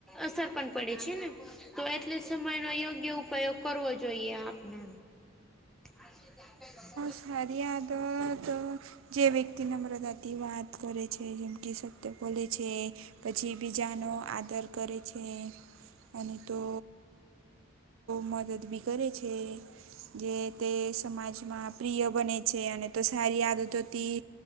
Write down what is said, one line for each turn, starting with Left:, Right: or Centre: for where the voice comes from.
Centre: અસર પણ પડે છે, ને. તો એટલે સમયનો યોગ્ય ઉપાયગ કરવો જોઈએ આપણે. <inaudible>
Right: સારી આદત તો જે વ્યક્તિ નમ્ર જતી વાત કરે છે જેમ કે સત્ય બોલે છે, પછી બીજાનો આદર કરે છે. અને તો મદદ બી કરે છે. જે તે સમાજમાં પ્રિય બને છે અને તો સારી આદતોથી